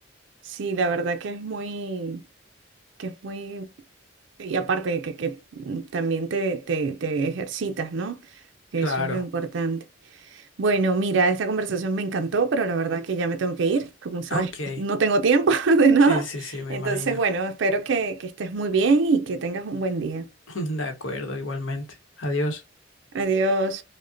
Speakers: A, on the right; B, on the left.
A: Sí, la verdad que es muy, que es muy Y aparte que, que también te, te, te ejercitas, ¿no? Que
B: Claro.
A: eso es lo importante. Bueno, mira, esta conversación me encantó, pero la verdad que ya me tengo que ir. Como sabes,
B: Ok.
A: no tengo tiempo <laughs> de nada.
B: Sí, sí, sí, me
A: Entonces,
B: imagino.
A: bueno, espero que, que estés muy bien y que tengas un buen día.
B: <laughs> De acuerdo, igualmente. Adiós.
A: Adiós.